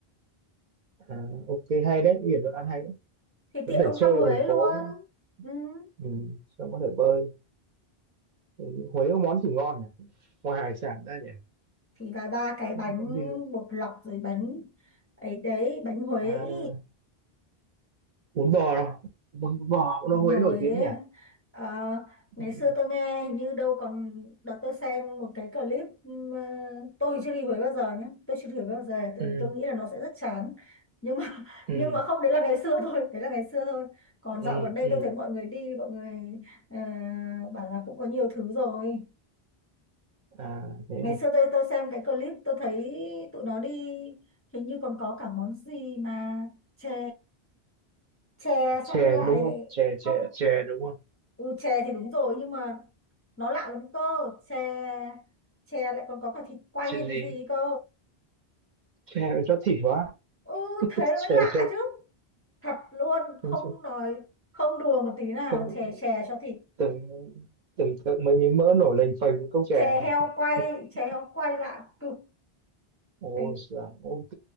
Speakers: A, on the right (about 55°); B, on the left (about 20°).
A: à, ok hay đấy biển Thuận An hay đấy
B: thì
A: có
B: tiện
A: thể
B: ông
A: chơi
B: thăm Huế
A: ở thành
B: luôn
A: phố nữa
B: Ừm,
A: ừ, xong có thể bơi Ừ, Huế có món gì ngon nhỉ ngoài hải sản ra nhỉ
B: thì vài ba cái bánh
A: món gì ngon
B: bột lọc rồi bánh ấy đấy bánh Huế
A: à
B: ý
A: bún bò đâu bún, bún bò cũng
B: Đúng
A: ở Huế
B: rồi
A: nổi tiếng
B: ấy.
A: nhỉ
B: Ờ, ngày
A: ừ
B: xưa tôi nghe hình như đâu còn đợt tôi xem một cái clip ừm, ờ, tôi thì chưa đi Huế bao giờ nhé tôi chưa đi Huế bao giờ tại
A: ừ
B: vì tôi nghĩ là nó sẽ rất chán nhưng mà <laughs>
A: ừ
B: nhưng mà không đấy là ngày xưa <laughs> thôi đấy là ngày xưa thôi còn
A: ừ
B: dạo gần đây
A: ừ.
B: tôi thấy mọi người đi mọi người ờ, bảo là cũng có nhiều thứ rồi
A: à thế
B: ngày
A: à
B: xưa tôi tôi xem cái clip tôi thấy tụi nó đi hình như còn có cả món gì mà chè chè
A: chè
B: xong lại
A: đúng không chè chè
B: không
A: chè đúng không
B: Ừ, chè thì đúng rồi nhưng mà nó lạ lắm cơ chè chè lại còn có cả thịt quay
A: chè
B: hay
A: gì
B: cái gì ấy cơ
A: chè mà cho thịt quá
B: ừ
A: <laughs>
B: thế nó
A: chè
B: mới lạ
A: cho
B: chứ thật luôn
A: không
B: không nói không đùa một tí nào
A: không-
B: chè chè cho thịt
A: tưởng tưởng tượng mấy miếng mỡ nổi lềnh phềnh những cốc chè
B: chè heo quay
A: <laughs>
B: chè heo quay lạ cực
A: Ồ,
B: thế
A: dạ, ok.